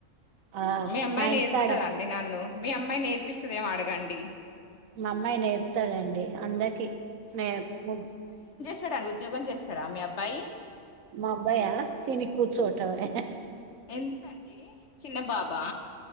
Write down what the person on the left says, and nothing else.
మీ అమ్మాయి
నేర్పుతదా
అండి నన్ను మీ అమ్మాయి నేర్పిస్తదేమో అడగండి
డ ఉద్యోగం చేస్తాడా మీ అబ్బాయి
ఎందుకండి చిన్న బాబా